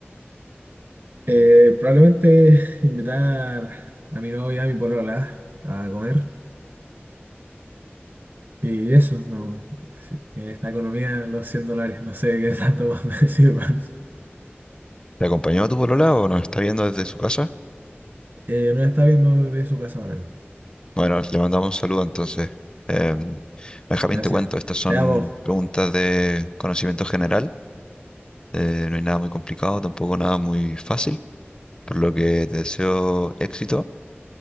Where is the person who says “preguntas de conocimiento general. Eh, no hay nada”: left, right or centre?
Left